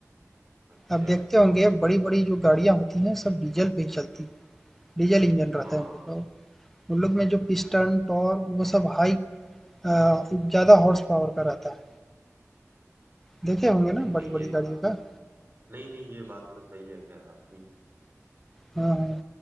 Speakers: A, on the right; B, in the centre.
A: अच्छा
B: आप देखते होंगे बड़ी-बड़ी जो गाड़ियाँ होती हैं सब डीजल पे ही चलती हैं। डीजल इंजन रहता
A: हाँ
B: है उन लोग का वो। उन लोग में जो पिस्टन, टॉर्क वो सब हाई अ, ज़्यादा हॉर्स पावर का रहता है। देखे होंगे
A: नहीं
B: ना बड़ी-बड़ी
A: नहीं ये बात
B: गाड़ियों का?
A: नहीं नहीं ये बात तो सही है खैर आपकी
B: हाँ, हाँ।